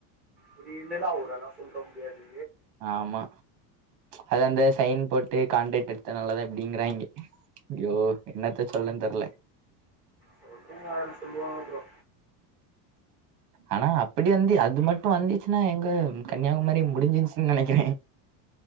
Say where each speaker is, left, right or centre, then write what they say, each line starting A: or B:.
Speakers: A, in the centre; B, on the right.
A: அப்டி இருந்தால்லு அவரெல்லா சொல்ற முடியாது
B: ஆமா அது அந்த சைன் போட்டு கான்ட்ரக்ட் எடுத்தனால தா அப்டிங்கறாய்ங்க ஐயோ என்னத்த சொல்லன்னு தெர்ல
A: சொல்றவங்க ஆயிரோ சொல்லுவாங்க ப்ரோ
B: ஆனா அப்டி வந்து அது மட் இப்ப வந்துச்சுன்னா எங்க கன்னியாகுமரி முடிஞ்சிருச்சுன்னு நெனைக்கிறே